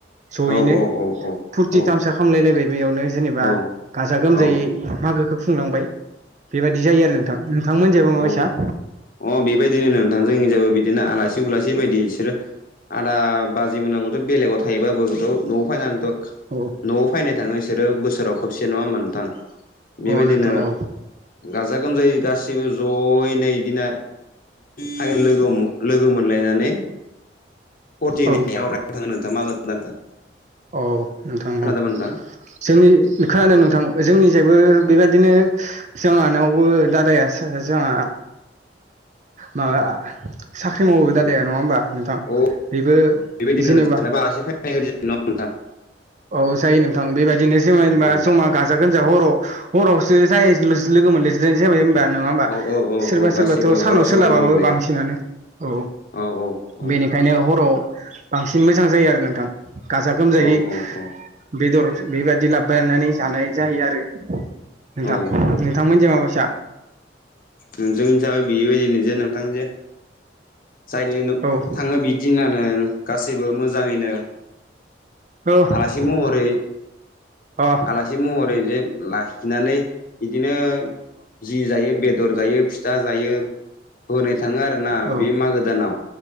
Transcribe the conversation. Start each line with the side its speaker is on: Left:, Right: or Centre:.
Right: जयैनो
Left: औ औ औ औ
Right: फुर थि
Left: औ
Right: थामसा खामलायलायबाय बेयावनो जेनेबा
Left: औ
Right: गाजा गोमजायै
Left: औ
Right: मागोखौ खुंलांबाय। बेबायदि जायो आरो नोंथां। नोंथांमोनजायबा
Left: नोंथां
Right: माबायसा?
Left: अ बेबायदिनो नोंथां जोंनि जायगायाव बिदिनो आलासि उलासि बायदि बिसोरो आदा बाजै मोनाबोथ' बेलेगाव थायोबाबोथ' न'आव फैनानैथ'
Right: औ
Left: न'आव फैनाय थाङो बिसोर बोसोराव खोबसे नङा होनबा नोंथां? बेबायदिनो
Right: औ नोंथां औ
Left: गाजा गोमजायै गास गासिबो जयैनो इदिनो हाय लोगो लोगो मोनलायनानै <unintelligible>
Right: औ
Left: मागो दानखौ
Right: औ नोंथां
Left: खोनादोंमोन
Right: औ
Left: नोंथां
Right: जोंनि खोनादों नोंथां जोंनिसायबो
Left: औ
Right: बेबादिनो जोंहानावबो दादाया सो जोङा माबा साख्रि मावो दादाया
Left: औ
Right: नङा होमबा नोंथां
Left: औ
Right: बेबो
Left: बेबायदिनो
Right: जेनेबा
Left: <unintelligible>
Right: औ जायो नोंथां बेबायदिनो जोमायलोंबा
Left: औ
Right: जमा गाजा गोजा हराव हरावसो जायो लोगो मोनलसोायसै जाबाय हबा नङा होमबा?
Left: औ औ औ
Right: सोरबा
Left: औ गासैबो
Right: सोरबाथ' सानाव
Left: हरावसो
Right: सोलाबाबो
Left: लोगो मोनलायो
Right: बांसिनानो औ
Left: औ औ औ
Right: बेनि खायनो हराव बांसिन मोजां जायो आरो नोंथां गाजा गोमजायै
Left: औ औ औ
Right: बेदर बेबायदि लाबायनानै जानाय जायो आरो। नोंथां
Left: औ
Right: नोंथांमोनजो माबायसा?
Left: नोंजों हिसाबै बेबायदि नजे नोंथां जे जायनो न
Right: औ
Left: थाङो बिदिनानो गासैबो मोजाङैनो
Right: औ अ
Left: आलासि महरै
Right: अ
Left: आलासि महरै जे लाखिनानै इदिनो जि जायो बेदर जायो फिथा जायो। होनाय थाङो आरोना
Right: औ
Left: बे मागो दानाव